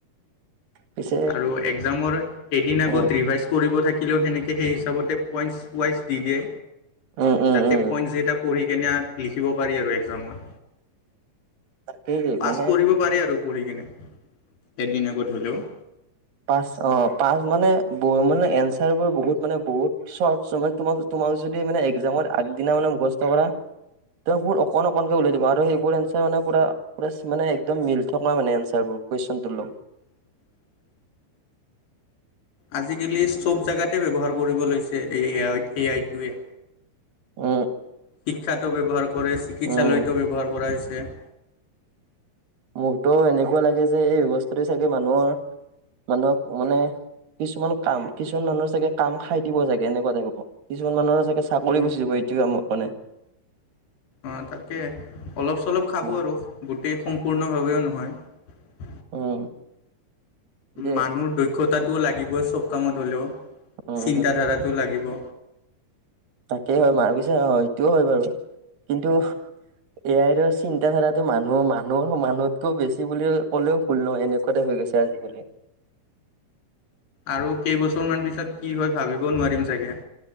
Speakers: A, on the right (about 75°); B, on the left (about 85°).
A: পিছে
B: আৰু একজামৰ এদিন আগত
A: উম
B: ৰিভাইত কৰিব থাকি- কিলো সেনেকে সেই হিচাপতে পইণ্টছ ৱাইজ দি দিয়ে।
A: উম উম
B: যাতে
A: উম
B: পইন্টছ কেইটা পঢ়ি কিনে লিখিব পাৰি আৰু একজামত।
A: তাকেই
B: পাছ
A: মানে
B: কৰিব পাৰি আৰু পঢ়ি কিনে এদিন আগত হ'লেও।
A: পাছ অ পাছ মানে-মানে এনচাৰ বোৰ বহুত মানে বহুত চ তোমাৰ <unintelligible> মই যদি মানে একজামৰ আগদিনা মানে মুখস্থ কৰা। তবোৰ অকণ অকনকে উলাই দিব আৰু সেইবোৰ এনচাৰ মানে পৰা মানে একদম মিল থকা মানে এনচাৰবোৰ। কুৱেশনটোৰ লগ
B: <inaudible> আজিকালি চব জেগাতে ব্যৱহাৰ কৰিব লৈছে এ আইটোৱে
A: উ
B: শিক্ষাটো ব্যৱহাৰ কৰে চিকিৎসালয়টো
A: উম
B: ব্যৱহাৰ কৰা হৈছে <unintelligible>
A: <unintelligible> মোৰতো এনেকুৱা লাগে যে এই ব্যৱস্থাটোৱে চাগে মানুহৰ মানুহক মানে <unintelligible> <unintelligible> কিছুমান কাম কিছুমান মানুহৰ চাগে কাম খাই দিব চাগে এনেকুৱা টাইপ কিছুমান মানুহৰ চাগে <unintelligible> <inaudible> চাকৰি
B: উম
A: গুচি যাব এইটো কামক মানে <unintelligible>
B: অঁ তাকে অলপ-চলপ খাব
A: উম।
B: আৰু গোটেই সম্পূৰ্ণভাৱেও নহয় <unintelligible>
A: উম এতিয়া
B: মানুহৰ দক্ষতাটোও লাগিবই চব কামত হ'লেও
A: উম
B: চিন্তাধাৰাটো লাগিব
A: তাকে হয় মাৰ পিছে নটোও হয় বাৰু কিন্তু এয়াই চিন্তাধাৰাটো মানুহৰ মানুহ সমান মানুহতকৈও বেছি বুলি ক'লেও ভুল নহয় এনেকুৱাতে হৈ গৈছে আজিকালি। <inaudible>
B: আৰু কেইবছৰ মান পিছত কি হয় ভাবিব নোৱাৰিম চাগে।